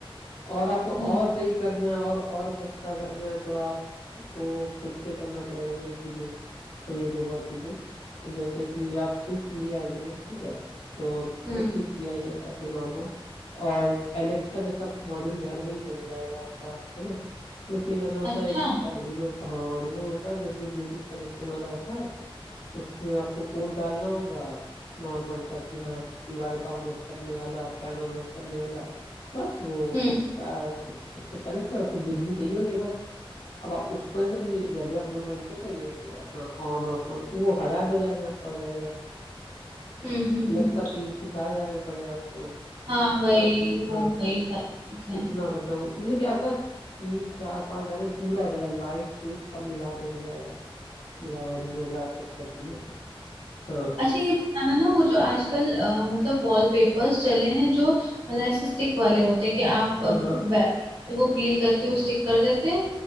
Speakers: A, on the left; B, on the right.
A: और आपको और
B: हम्म
A: सही करना है और और सस्ता करना है तो आपको खुद से करना पड़ेगा मतलब चीजें थोड़ी एक दो बहुत चीजें जैसे कि आप स्विच ले आइए ठीक है तो जैसे
B: हम्म
A: स्विच ले आइए ऐसे नॉर्मल और एलेक्सा जैसा मॉड्यूल घर में ही बन जाएगा आपका है ना कुछ नहीं करना होता
B: अच्छा
A: एक ऑर्डिनो हाँ ऑर्डिनो होता है जो कि ब्लूटूथ कनेक्शन वाला होता है उसमें आपको कोड डालना होगा नॉर्मल सा कि हाँ लाइट ऑन ऑफ करने वाला फैन ऑन ऑफ करने वाला बस वो
B: हम्म
A: आ, उस उससे कनेक्ट है उसमें बिजली चाहिए होगी बस अब आप उसको कनेक्ट कर दीजिए जब भी आप रूम में एंटर करिए तो अपना ऑन ऑफ ऑन वो हजार दो हजार में आपका हो जाएगा
B: हम्म हम्म
A: Alexa
B: हम्म।
A: तीन से चार हजार में पड़ेगा आपको
B: हाँ वही
A: हाँ
B: वो
A: हाँ,
B: वही सारी चीजें
A: इतना आपका कम मतलब कि आपका तीन चार पाँच हजार में पूरा हो जाएगा लाइट स्विच सब मिला के हो जाएगा पूरा ऑर्डिनो अगर आप सेट करती है तो हाँ
B: अच्छा ये बताना ना वो जो आजकल अ, मतलब वॉलपेपर्स चले हैं जो मतलब ऐसे स्टिक वाले होते हैं कि आप
A: हाँ
B: अ,
A: हाँ
B: बै- वो पील करके वो स्टिक कर देते हैं